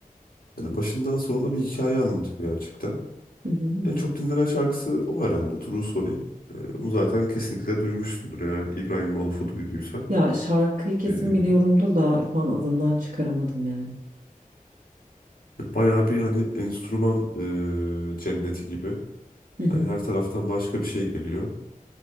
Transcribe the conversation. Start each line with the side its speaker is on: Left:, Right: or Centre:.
Left: yani başından sonuna bir hikaye anlatıyor gerçekten.
Right: Hı hı hı.
Left: En çok dinlenen şarkısı o herhalde. True Sorry. Ee, bunu zaten kesinlikle duymuşsundur eğer İbrahim Maluf'u duyduysan.
Right: Ya şarkıyı kesin
Left: Ee,
Right: biliyorumdur da şu an adından çıkaramadım yani.
Left: bayağı bir hani enstrüman e, cenneti gibi.
Right: Hı hı.
Left: Yani her taraftan başka bir şey geliyor.